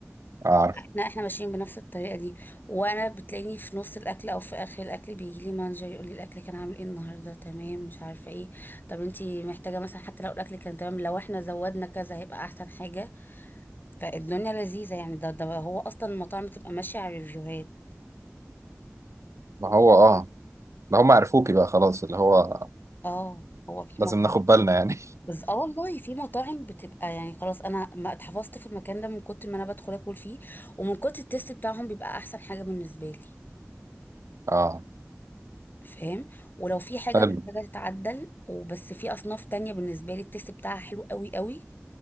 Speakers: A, on the right; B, on the left.
A: أعرف
B: لا احنا ماشيين بنفس الطريقه دي وانا بتلاقيني في نص الاكل او في اخر الاكل بيجي لي مانجر يقول لي الاكل كان عامل ايه النهارده تمام مش عارفه ايه طب انتي محتاجه مثلا حتى لو الاكل كان تمام لو احنا زودنا كذا هيبقى احسن حاجه فالدنيا لذيذه يعني ده ده هو اصلا المطاعم بتبقى ماشيه على الريفيوهات
A: ما هو أه ما هم عرفوكي بقى خلاص اللي هو
B: اه هو في
A: لازم
B: مطاعم
A: ناخد بالنا يعني <laughs>
B: بس اه والله في مطاعم بتبقى يعني خلاص انا ما اتحفظت في المكان ده من كتر ما انا بدخل اكل فيه ومن كتر التست بتاعهم بيبقى احسن حاجه بالنسبه لي
A: أه
B: فاهم ولو في حاجة
A: حلو
B: محتاجة تتعدل وبس في أصناف تانية بالنسبة لي التست بتاعها حلو قوي قوي